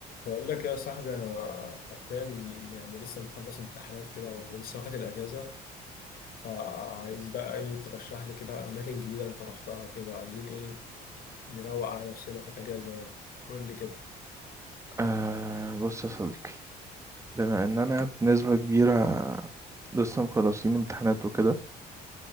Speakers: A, on the left (about 60°); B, on the right (about 15°).
A: بقول لك يا صاحبي انا حرفيا يعني لسه مخلص امتحانات كده ولسه واخد الاجازه فعايز بقى ايه ترشح لي كده اماكن جديده انت رحتها كده عايزين ايه نروق على نفسنا في الاجازه يعني قول لي كده
B: أه بص يا صديقي بما ان انا بنسبة كبيرة لسه مخلصين امتحانات وكده